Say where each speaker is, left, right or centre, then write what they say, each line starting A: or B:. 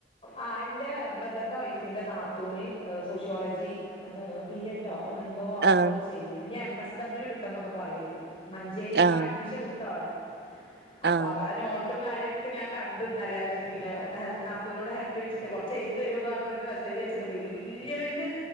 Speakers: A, on the left; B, on the right.
A: ആ എന്റെ ബ്രദറിന്റെ വൈഫിന്റെ നാത്തൂന് എ സോഷ്യോളജി ബി എഡ്‌ ട്ടോ അങ്ങനെന്തോ ആണിപ്പോ
B: ആഹ്
A: അവളുചെയ്യുന്നെ ഇനി എം എസ് ഡബ്ല്യു എടുക്കണന്നൊക്കെ പറയണ്ട്. മഞ്ചേരി ഇപ്പ
B: ആഹ്
A: അഡ്മിഷൻ എടുത്തൊ അവള് അപ്പ
B: ആഹ്
A: അവളെ നോട്ടും കാര്യക്കെ ഞാൻ കണ് ണ്ടു ഇന്നലെ പിന്നെ ഹെ നാത്തൂനോട് ഹെൽപ്പ്‌ ചോയ്ച്ചിട്ടെ കൊറച്ച് എഴുതിത്തരോന്ന് പറഞ്ഞിട്ട് മെസ്സേജ് അയച്ചി ട്ടുണ്ട് വെല്യ വെല്യ